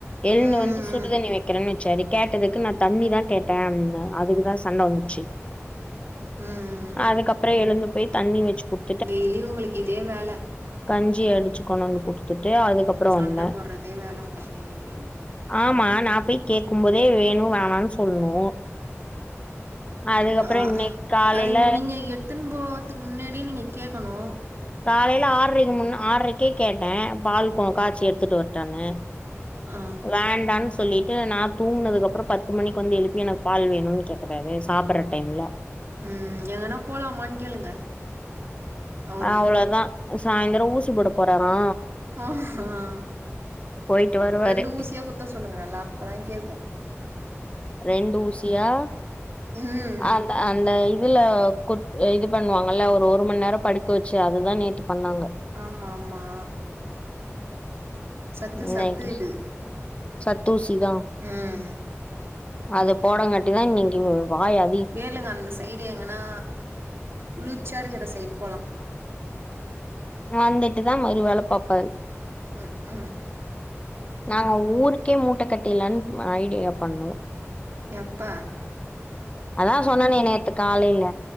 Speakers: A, on the left; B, on the right.
A: எழுந்து
B: ம் ம்
A: வந்து சுடுதண்ணி
B: ம் ம்
A: வெக்கிறேன் வெச்சாரு கேட்டதுக்கு நா தண்ணி தா கேட்டே அப்பின்னா அதுக்குதா சண்ட வந்துச்சு
B: ம்
A: அதுக்கப்புற எழுந்து போய் தண்ணி வெச்சு குத்
B: டெய்லியு உங்களுக்கு இதே வேல
A: கஞ்சி அடிச்சு கொண்டு வந்து குடுத்துட்டு அதுக்கப்புற
B: சண்ட
A: வந்தே
B: போடுறதே வேல உங்களுக்கு எனி டைம்
A: ஆமா நா போய் கேக்கும் போதே வேணு வேணான் சொல்ணு அதுக்கப்புறோ
B: ஆ
A: இன்னைக்கு காலையில
B: அது நீங்க எடுத்துன் போற்துக் முன்னாடி நீங்க கேக்கணு
A: காலையில ஆற்ரைக்கு முன்னா ஆற்ரைக்கே கேட்டே பால் க காய்ச்சி எத்துட்டு வர்ட்டான்னு
B: ஆ
A: வேண்டான் சொல்லிட்டு நா தூங்குனதுக்கப்புறம் பத்து மணிக்கு வந்து எழுப்பி எனக் பால் வேணுன் கேக்குறாரு சாப்பற்ற டைம்ல
B: ம் எங்கனா போலாமான் கேளுங்க அவர
A: அவ்ளதா சாய்ந்தரோ ஊ சிப்போட போறாரா
B: ஆ ஆ
A: போய்ட்டு வருவாரு
B: ஒரு ரெண்டு ஊசியா குத்த சொல்லுங்க நல்லா அப்பதா கேக்கு
A: ரெண்டு ஊசியா
B: ம்
A: அந் அந்த இதுல குத் அ இது பண்ணுவாங்கல்ல ஒரு ஒரு மண் நேரம் படுக்க வெச்சு அதுதா நேத்து பண்ணாங்க
B: ஆமா ஆமா சத்து
A: இன்னைக்கு
B: சத்து இது
A: சத்தூசிதா
B: ம்
A: அது போடவுங்காட்டிதா இன்னிக்கு இவ் வாயா
B: கேளுங்க அந்த சைடு எங்கன்னா குளிர்ச்சியா இருக்கிற சைட் போலா
A: வந்துட்டுதா மறு வேல பாப்பாரு
B: ம்க்ம்
A: நாங்க ஊருக்கே மூட்ட கட்டில்லான் ஐடியா பண்ணோ
B: எப்ப
A: அதா சொன்னனே நேத்து காலையில